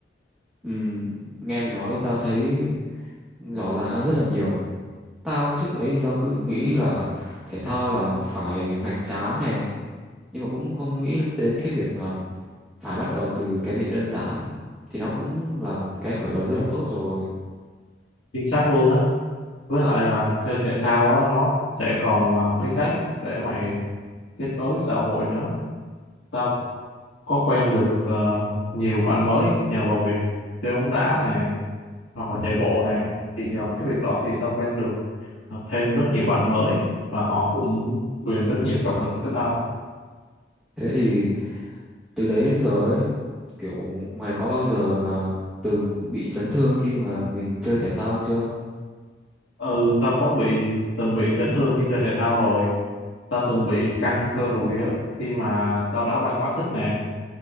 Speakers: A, in the centre; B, on the left.
A: Ừm, nghe mày nói tao thấy rõ ràng hơn rất là nhiều tao trước đấy thì tao cứ nghĩ là thể thao là phải hoành tráng này nhưng mà cũng không nghĩ đến cái việc là phải bắt đầu từ cái việc đơn giản thì nó cũng là một cái khởi đầu rất là tốt rồi
B: chính xác luôn á với lại là chơi thể thao á nó sẽ còn là một cái cách để mày kết nối với xã hội nữa tao có quen được ờ, nhiều bạn mới nhờ vào việc chơi bóng đá nè hoặc là chạy bộ nè thì nhờ vào cái việc đó thì tao quen được ờ, thêm rất nhiều bạn mới và họ cũng truyền rất nhiều cảm hứng cho tao
A: thế thì từ đấy đến giờ ấy kiểu mày có bao giờ mà từng bị chấn thương khi mà mình chơi thể thao chưa
B: ừ tao có bị từng bị chấn thương khi chơi thể thao rồi tao từng bị căng cơ đùi á khi mà tao đã banh quá sức nè